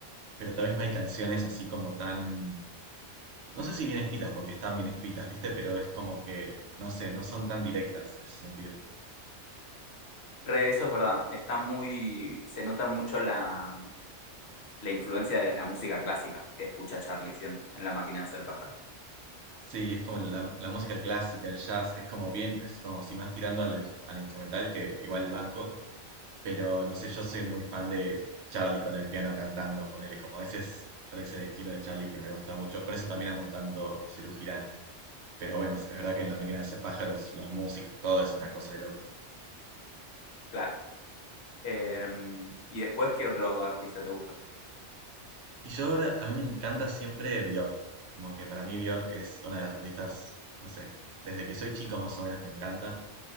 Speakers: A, on the right; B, on the left.
A: pero tal vez no hay canciones así como tan, no sé si bien escritas, porque están bien escritas, ¿viste? Pero es como que, no sé, no son tan directas en ese sentido.
B: re Eso es verdad, está muy, se nota mucho la, la influencia de la música clásica que escucha Charlie, siento, en la máquina de hacer pájaros.
A: Sí, es como la, la música clásica, el jazz, es como bien, es como si más tirando al, ins- al instrumental que igual el banco, pero no sé, yo soy muy fan de Charlie con el piano cantando, ponele como ese es tal vez el estilo de Charlie que me gusta mucho, por eso también amo tanto Ciru Girán. Pero bueno, es verdad que en La Máquina de Hacer Pájaros, los músicos, todo es una cosa de locos.
B: Claro. Eh, ¿Y después qué otro artista te gusta?
A: Y yo ahora, a mí me encanta siempre Bjork, como que para mí Bjork es una de las artistas, no sé, desde que soy chico más o menos me encanta.